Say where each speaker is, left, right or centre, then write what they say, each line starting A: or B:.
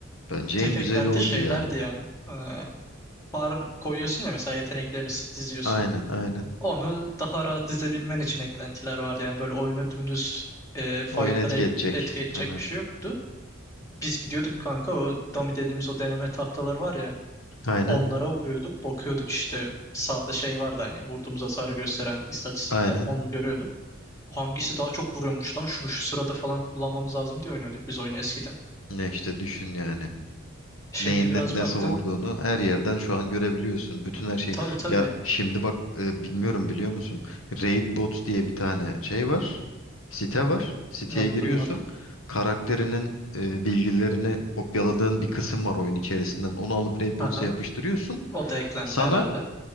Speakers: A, on the left; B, on the left.
A: Bence
B: Tek
A: en güzeli
B: eklenti
A: oydu
B: şeylerdi
A: ya.
B: yani. Ee, bar koyuyorsun ya mesela yeteneklerini s- diziyorsun.
A: Aynen aynen.
B: Onu daha rahat dizebilmen için eklentiler vardı. Yani böyle oyunu dümdüz e, fightlara
A: Oyun etki
B: et-
A: edecek.
B: etki edecek
A: Aynen.
B: bir şey yoktu. Biz gidiyorduk kanka o dummy dediğimiz o deneme tahtaları var ya.
A: Aynen.
B: Onlara vuruyorduk. Bakıyorduk işte sağda şey vardı hani vurduğumuz hasarı gösteren istatistikler.
A: Aynen.
B: Onu görüyorduk. Hangisi daha çok vuruyormuş lan? Şunu şu sırada falan kullanmamız lazım diye oynuyorduk biz oyunu eskiden.
A: Ne işte düşün yani.
B: Şimdi
A: Neyin
B: biraz
A: ne- nasıl
B: baktım.
A: vurduğunu her yerden şu an görebiliyorsun. Bütün her şeyi.
B: Tabii tabii.
A: Ya şimdi bak e, bilmiyorum biliyor musun? Raid Bots diye bir tane şey var. Site var. Siteye
B: Yok
A: giriyorsun.
B: duymadım.
A: Karakterinin e, bilgilerini kopyaladığın bir kısım var oyun içerisinden. Onu alıp Raid
B: Aha.
A: Bots'a yapıştırıyorsun.
B: O da eklenti
A: Sana
B: herhalde.